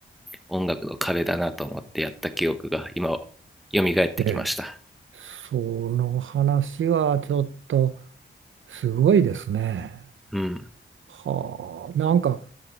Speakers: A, in the centre; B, on the right.
A: 音楽の壁だなと思ってやった記憶が今蘇ってきました
B: う。ええ。その話はちょっとすごいですね。
A: うん
B: はあ。なんか